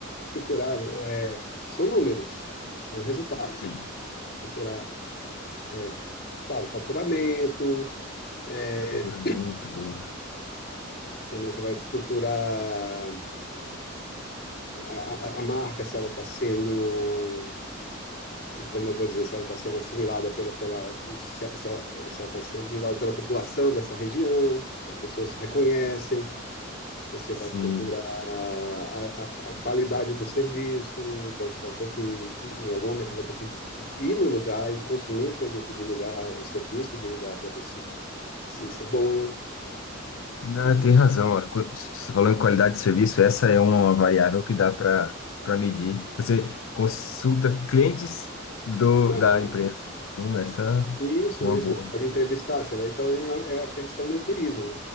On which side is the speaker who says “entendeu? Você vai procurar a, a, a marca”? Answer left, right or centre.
Left